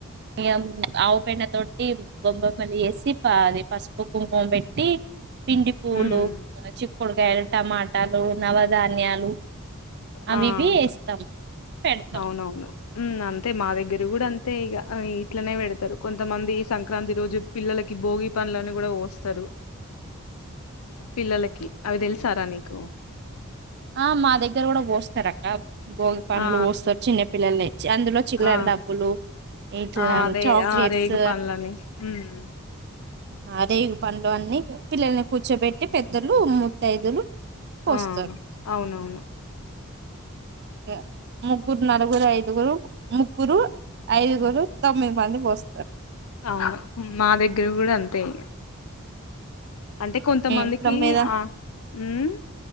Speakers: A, on the right; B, on the left.
A: ఇగ ఆవు పెండతోటి బొబ్బెమ్మలు చేసి అది పసుపు కుంకుం పెట్టి పిండి, పూలు,
B: ఉమ్
A: చిక్కుడుకాయలు, టమాట ట్టాలు నవధాన్యాలు అవి
B: ఆహ్
A: ఇవి వేస్తాం పెడతాం
B: అవునవును ఉమ్ అంతే మా దగ్గర కూడా అంత్ అతే ఇగ ఇట్లనే పెడతారు కొంతమంది సంక్రాంతి రోజు పిల్లలకి భోగి పనులని కూడా పోస్తారు పిల్లలకి అవి తెలుసారా నీకు
A: ఆ మాదగ్ ద్దరు కూడా పోస్తారు అక్క భోగి పనుడ్లు
B: ఆ
A: పోస్తారు చిన్న పిల్లలు ఇచ్చి అందులో చిల్లర
B: ఆ
A: డబ్బులు ఇట్లా
B: ఆ అదే
A: చాక్లెట్స్
B: ఆ రేగు పనులని ఉమ్
A: అదే ఇగు పండ్లు అన్ని. పిల్లల్ని కూర్చోబెట్టి పెద్దలు మూతైదులు పోస్తారు.
B: ఆ అవునవును
A: ఇగ ముగ్గురు నాలుగు ముగురు ఐదుగురు ముగ్గురు ఐదుగురు తొమ్మిది మంది పోస్తారు
B: అవును మా దగ్గర కూడా అంతే ఇగ. అంటే కొంతమందికి
A: ఇప్పుడు మీద
B: ఆ ఉమ్మ్